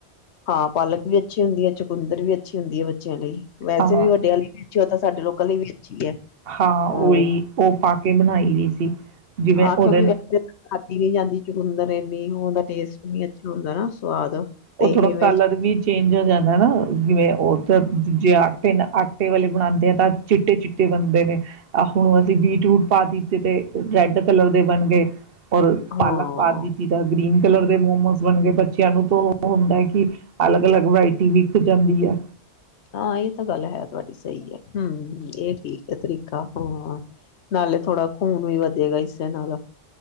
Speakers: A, on the left (about 80°); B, on the right (about 65°).
A: ਹਾਂ, ਪਾਲਕ ਵੀ ਅੱਛੀ ਹੁੰਦੀ ਹੈ, ਚਕੁੰਦਰ ਵੀ ਅੱਛੀ ਹੁੰਦੀ ਹੈ ਬੱਚਿਆਂ ਲਈ। ਵੈਸੇ
B: ਹਾਂ
A: ਵੀ ਵੱਡੇ ਲਈ ਵੀ ਅੱਛੀ ਹੋ, ਤਾਂ ਸਾਡੇ ਲੋਕਾਂ ਲਈ ਵੀ ਅੱਛੀ ਹੈ‌। ਹਮ
B: ਹਾਂ ਉਹੀ ਉਹ ਪਾ ਕੇ ਬਣਾਈ ਵੀ ਸੀ। ਜਿਵੇਂ
A: ਹਾਂ
B: ਉਹਦੇ
A: ਕਿਉਂਕਿ ਵੈਸੇ <unintelligible> ਵੀ ਨੀ ਜਾਂਦੀ ਚੁਕੁੰਦਰ ਇੰਨੀ, ਉਹ- ਉਹਦਾ ਟੇਸਟ ਨੀ ਅੱਛਾ ਹੁੰਦਾ ਨਾ, ਸਵਾਦ। ਤੇ
B: ਉਹ ਥੋੜਾ
A: ਇਵੇਂ
B: ਕਲਰ ਵੀ ਚੇਂਜ ਹੋ ਜਾਂਦੈਂ ਨਾ, ਜਿਵੇਂ ਉਹ ਤਾਂ ਜੇ ਆਟੇ, ਨਾ ਆਟੇ ਵਾਲੇ ਬਣਾਂਦੇ ਆ‌। ਤਾਂ ਚਿੱਟੇ ਚਿੱਟੇ ਬਣਦੇ ਨੇ, ਆ ਹੁਣ ਅਸੀਂ ਬੀਟ ਰੂਟ ਪਾ ਦਿੱਤੇ ਤੇ, ਰੈਡ ਕਲਰ ਦੇ ਬਣ ਗਏ। ਔਰ,
A: ਹਾਂ।
B: ਪਾਲਕ ਪਾ ਦਿੱਤੀ ਤਾਂ ਗ੍ਰੀਨ। ਕਲਰ ਦੇ ਮੋਮੋਸ ਬਣ ਗਏ ਬੱਚਿਆਂ ਨੂੰ ਤੋ ਉਹ ਹੁੰਦਾ ਕਿ, ਅਲੱਗ- ਅਲੱਗ ਵਰਾਇਟੀ ਵਿੱਕ ਜਾਂਦੀ ਐ।
A: ਹਾਂ, ਇਹ ਤਾਂ ਗੱਲ ਹੈ, ਤੁਹਾਡੀ ਸਹੀ ਹੈ। ਹੰ ਇਹ ਠੀਕ ਹੈ, ਤਰੀਕਾ ਹਾਂ। ਨਾਲੇ ਥੋੜਾ ਖੂਨ ਵੀ ਵੱਧੇਗਾ ਇਸਦੇ ਨਾਲ, ਆਪ